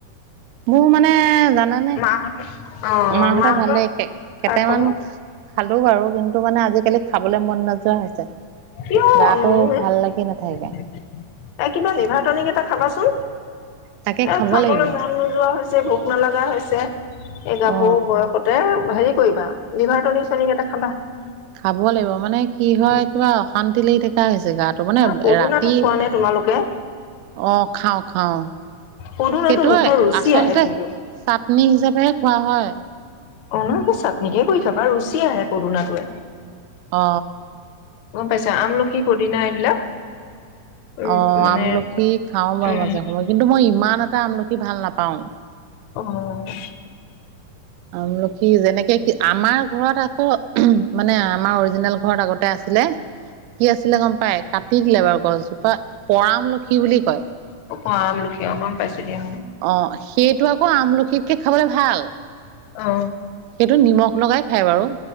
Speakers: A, on the right (about 85°); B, on the left (about 70°).
A: মোৰ মানে জানানে
B: মাহঁত অ
A: মা হতৰ
B: মাহঁতৰ
A: ভালেই কেক কেইটামান
B: খা খবৰ
A: খালো বাৰু কিন্তু মোৰ মানে আজিকালি খাবলৈ মন নোযোৱা হৈছে
B: কিয়নো
A: গাটো
B: এই
A: ভাল লাগি নাথাকে
B: কিবা লিভাৰটনিক এটা খাবাচোন
A: তাকে
B: এ
A: খাব
B: খাবলৈ
A: লাগিব
B: মন নোযোৱা হৈছে ভোক নালাগা হৈছে এই গাভৰু
A: অ
B: বয়সতে হেৰি কৰিবা লিভাৰ টনিক চনিক এটা খাবা
A: খাব লাগিব মানে কি হয়
B: উম
A: কিবা অশান্তি লাগি থাকে লাগি থকা হৈছে গা টো মানে
B: আৰু পদুনাটো
A: ৰাতি
B: খোৱা নে তোমালোকে
A: অ খাওঁ খাওঁ
B: পদুনাটো
A: সেইটোয়ে
B: মুখৰ ৰুচি
A: আচলতে
B: আহে কিন্তু
A: চাটনি হিচাপেহে হয় হয়
B: অৱ চাতনিকে কৰি খাবা ৰুচি আহে পদুণাটোৱে
A: অ
B: গম পাইছা আমলখি, পুদিনা এইবিলাক। উম
A: অৱ
B: মানে
A: আমলখি খাওঁ বাও
B: উম
A: মাজে সময়ে, কিন্তু মই ইমান এটা আমলখি ভাল নাপাওঁ। পাওঁ।
B: অ'
A: আমলখি যেনেকে কি আমাৰ ঘৰত আকৌ মানে আমাৰ অৰিজিনেল ঘৰত আগতে আছিলে কি আছিলে গম পাই কাটি দিলে বাৰু গছজোপা পৰা আমলখি বুলি কয়
B: অ আমলখি গম পাইছো দিয়া।
A: অ' সেইটো আকৌ আমলখিতকৈ খাবলে ভাল।
B: অ।
A: সেইটো নিমখ লগাই খাই বাৰু